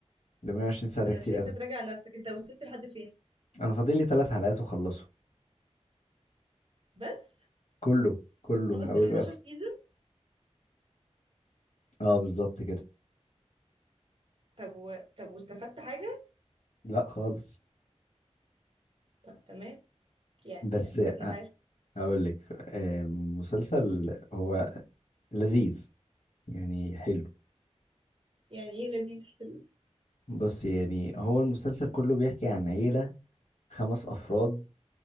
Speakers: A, on the left (about 75°); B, on the right (about 50°).
A: ده 120 ساعة
B: انا
A: ده كتير
B: شايفه
A: قوي
B: تراجع نفسك انت وصلت لحد فين
A: انا فاضل لي ثلاث حلقات واخلصه
B: بس
A: كله كله
B: خلصت
A: من اوله
B: ال 11
A: لاخره
B: سيزون
A: اه بالظبط كده
B: طب و... طب واستفدت حاجه
A: لا خالص
B: طب تمام يعني
A: بس
B: كويس انك عارف
A: هقول لك مسلسل هو لذيذ يعني حلو
B: يعني ايه لذيذ حلو
A: بص يعني هو المسلسل كله بيحكي عن عيلة خمس أفراد